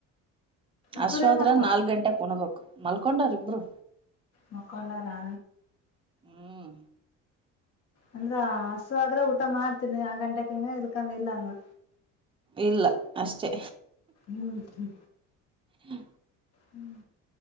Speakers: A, on the left; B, on the right.
A: ಹುಡುಗರೇ
B: ಹಶ್ವಾದ್ರ
A: ಮಾಡ್ತಾವ
B: ನಾಲ್ಕ ಗಂಟೆಕ ಊಣಬೇಕು ಮಲ್ಕೊಂಡಾರ ಇಬ್ರು
A: ಮಕ್ಕೊಂಡರಾ
B: ಹ್ಮ್
A: ಅಂದ್ರ ಹಸುವಾದ್ರಾ ಊಟ ಮಾಡ್ತಿದ್ನಿ ನಾಕಗಂಟೆಕ್ ತಿದ್ನಿ ಇಲ್ಕಂದ್ರ ಇಲ್ಲಾ ಅನ್ನೂ
B: ಇಲ್ಲ ಅಷ್ಟೇ
A: ಹೌದಾ
B: ಹ
A: ಹ್ಮ್